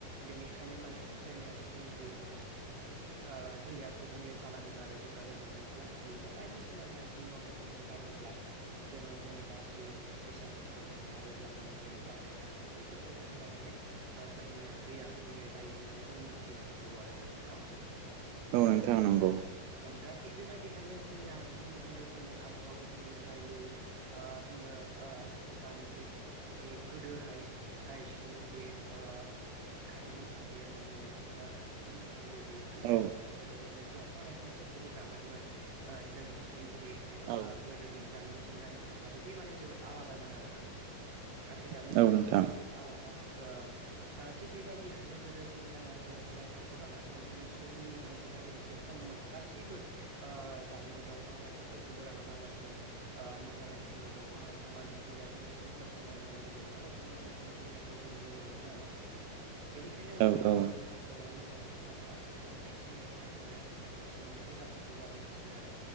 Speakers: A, on the right; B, on the right.
A: बेनिखायनो माने जोंनिया जिथुनोखि
B: <inaudible>
A: ओ दैया गुबुंले जालाङो आरो जेब्लानोखि जोङो प्लास्टिक बा बायदिसिना गाज्रि मुवाफोरखौ जों गारोब्ला जोङो जोंनि गाज्रि बेसादफोरखौ जों गारोब्ला माने जोंनि बाहाय खान्दा बैफोरखौ गारोब्ला माने जोंनिया दैया गुबुंले जायो होननानै जों मोनथि मोनगौ आरोना नोंथां।
B: औ नोंथां नंगौ
A: औ दा थिग बेबायदिहायनो जोंनिया गुबुन गुबुन रोखोमनि आबहावा गुबुंले जायो। ओ जोङो ओ जानोखि गोदोहाय जिथुनोखि ओ गारि मथर गैयामोन गारि मथर गैयिनि थाखायनो
B: औ
A: जोंनिया गोदो माने दंफां लाइफांफोर खौबो दानाखैमोन ओ जोंनि जिथुनिखि
B: औ
A: ओ गोदोनि जा मिथिंगानि थासारि बै माने जोबोद आलादामोन आरोना
B: <inaudible>
A: नाथाय दानि जुगावहाय
B: औ नोंथां
A: जोबोद आलादा ओ ओ थिग बेबायदिहायनो गोदो जोंनिया माने दंफां लाइफांखौ दानाखैमोन जोंनि सुबुंनि अनजिमायाबो एसे खममोन गासैबो ओ दानोखि दंफां लाइफांफोरखौबो दाना लाबासिनो ओ मोजाङै थायोमोन दंफां लाइफां बा मिथिंगाया जोंनि सोमखोर समायनामोन दंफां लाइफां जोंनो बुंजोबनाय खौ जों नुनो मोन्दोंमोन आरोना बेनिखायनो
B: औ
A: जोंनिया
B: औ
A: गोदो आ आबहावाया मोजांमोन नाथाय आथिखालावहाय जोंनि आबहावाया गाज्रिसिनसो गाज्रिसिन जाबोगासिनो आरो